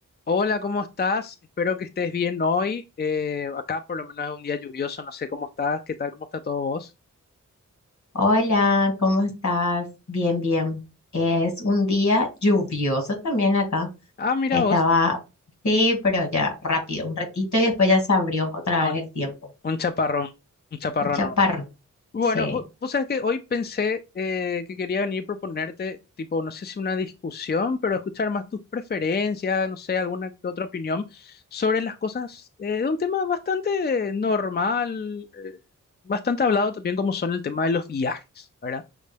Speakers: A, on the left; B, on the left.
A: Hola, ¿cómo estás? Espero que estés bien hoy. Eh, acá por lo menos es un día lluvioso, no sé cómo estás, qué tal, cómo está todo vos.
B: Hola, ¿cómo estás? Bien, bien. Es un día lluvioso también acá.
A: Ah, mira
B: Estaba,
A: vos,
B: sí, pero ya rápido, un ratito y después ya se abrió otra
A: ah,
B: vez
A: un,
B: el tiempo.
A: un chaparrón, un chaparrón
B: Un chaparro,
A: nomás. Bueno,
B: sí.
A: vo- vos, sabés que hoy pensé eh, que quería venir a proponerte, tipo, no sé si una discusión, pero escuchar más tus preferencias, no sé, alguna que otra opinión sobre las cosas eh, de un tema bastante normal, eh, bastante hablado también como son el tema de los viajes, ¿verdad?